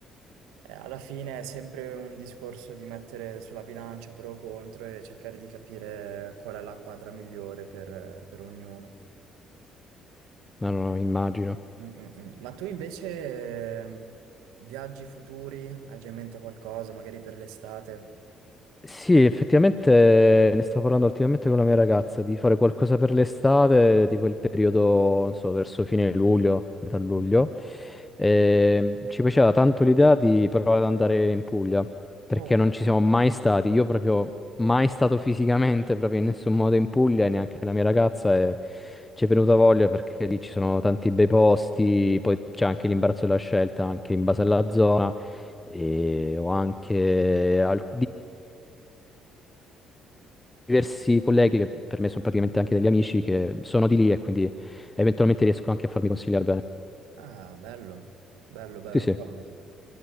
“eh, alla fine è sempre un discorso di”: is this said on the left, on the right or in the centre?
Right